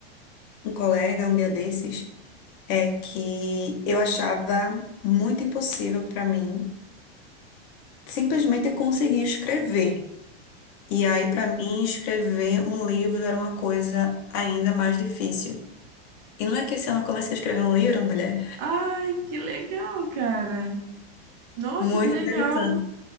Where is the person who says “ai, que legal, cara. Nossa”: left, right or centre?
Right